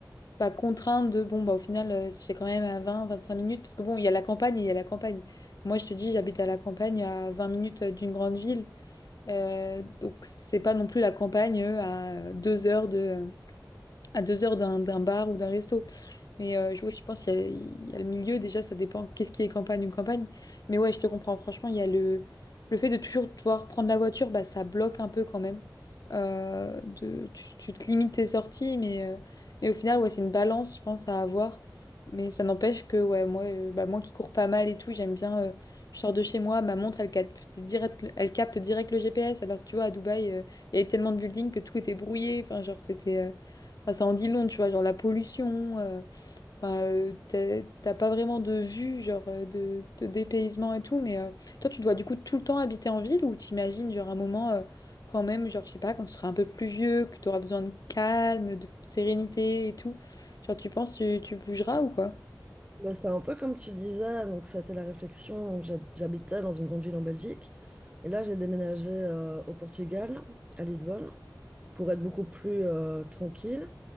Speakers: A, on the left; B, on the right.
A: bah, contraint de bon bah au final euh, c'est quand même à 20, 25 minutes, parce que bon il y a la campagne et il y a la campagne. Moi je te dis j'habite à la campagne à 20 minutes euh, d'une grande ville. Euh, donc c'est pas non plus la campagne euh, à deux heures de, à deux heures d'un d'un bar ou d'un resto. Mais euh, je- ouais, je pense qu'il y, a il y a le milieu, déjà, ça dépend qu'est-ce qui est campagne ou campagne. Mais ouais, je te comprends, franchement, il y a le, le fait de toujours devoir prendre la voiture, bah, ça bloque un peu quand même. Euh, de, tu, tu te limites tes sorties, mais, euh, mais au final, ouais, c'est une balance, je pense, à avoir. Mais ça n'empêche que ouais, moi, euh, bah, moi qui cours pas mal et tout, j'aime bien, euh, je sors de chez moi, ma montre, elle capte direct, elle capte direct le GPS, alors que tu vois, à Dubaï, euh, il y avait tellement de buildings que tout était brouillé. Enfin, genre, c'était... euh, enfin, ça en dit long, tu vois, genre la pollution. euh, Enfin, euh, t'as t'as pas vraiment de vue, genre euh, de, de dépaysement et tout, mais euh, toi, tu dois du coup tout le temps habiter en ville ou t'imagines, genre un moment euh, quand même, genre je sais pas, quand tu seras un peu plus vieux, que tu auras besoin de calme, de sérénité et tout, genre tu penses tu, tu bougeras ou quoi?
B: Bah, c'est un peu comme tu disais, donc ça a été la réflexion. Donc, j'ha- J'habitais dans une grande ville en Belgique et là j'ai déménagé euh, au Portugal, à Lisbonne, pour être beaucoup plus euh, tranquille.